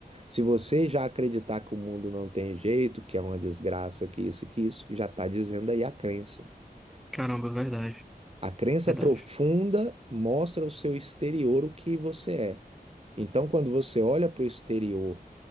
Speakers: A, on the right; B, in the centre.
A: Se você já acreditar que o mundo não tem jeito, que é uma desgraça, que isso, e que isso, já está dizendo aí a crença.
B: Caramba, verdade,
A: A crença
B: verdade.
A: profunda mostra o seu exterior, o que você é. Então, quando você olha para o exterior